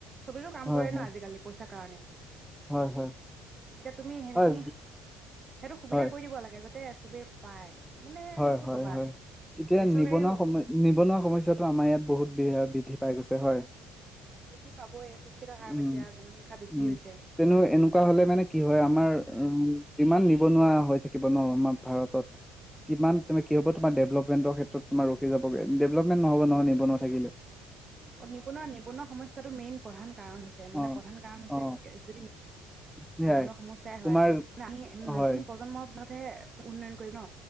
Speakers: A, on the right (about 30°); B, in the centre.
A: চবিলে কাম
B: হয়
A: কৰে ন
B: হয়
A: আজিকালি পইচা কাৰণ
B: হয় হয়
A: এতিয়া তুমি সেন
B: হয়
A: খিনি সেইটো সুবিধা
B: হয়
A: কৰি দিব লাগে যা তাতে চবেই পায় মানে
B: হয়
A: কি
B: হয়
A: ক'বা
B: হয়
A: আৰু
B: এতিয়া
A: বেচৰকাৰী
B: নিবনুৱা সম নিবনুৱা সমস্য়াতটো আমাৰ ইয়াত বহুত বৃদ্ধি পাই গৈছে হয়
A: বৃদ্ধি পাবই শিক্ষিত হাৰ
B: উম
A: পাইছে আৰু জনসংখ্যা বৃদ্ধি
B: উম
A: হৈছে।
B: তেনে এনেকুৱা হলে মানে কি হয় আমাৰ উ যিমান নিবনুৱা হৈ থাকিব ন আমাৰ ভাৰতত কিমান তুম কি হব তোমাৰ ডেভেলপমেণ্টৰ ক্ষেত্ৰত তোমাৰ ৰখি যাবৈেভলপমেণ্ নহবহয় নিবনুৱা থিলে
A: অ নিবনুৱা নিবনুৱা সমস্্যাটো মেইন প্ৰধান কাৰণ হৈছে
B: অ
A: মানে প্ৰধান কাৰণ হৈছে
B: অ
A: যদি
B: সেয়াই
A: জীৱনৰ সমস্য়াই
B: তোমাৰ
A: হয় আমি
B: হয়
A: নতুন প্ৰজন্মৰ উনতহে উন্নয়ন কৰিব ন